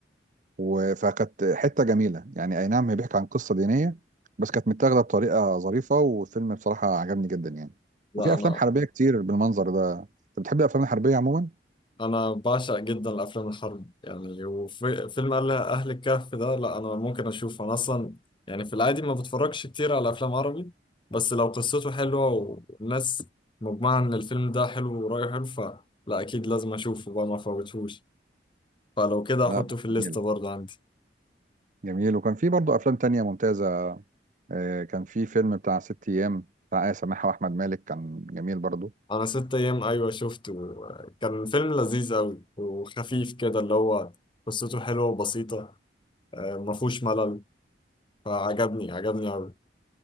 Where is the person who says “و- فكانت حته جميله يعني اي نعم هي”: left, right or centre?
Right